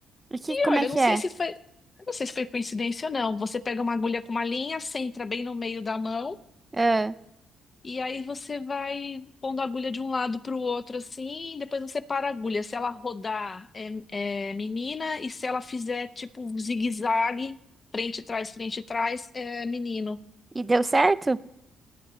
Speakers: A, on the right; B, on the left.
A: E que,
B: E
A: como
B: olha,
A: é
B: eu não
A: que
B: sei
A: é?
B: se foi, eu não sei se foi coincidência ou não. Você pega uma agulha com uma linha, centra bem no meio da mão,
A: Ah,
B: e aí você vai pondo a agulha de um lado para o outro assim, e depois você para a agulha. Se ela rodar é, é menina, e se ela fizer tipo um zigue-zague, frente e trás, frente e trás, é menino.
A: e deu certo?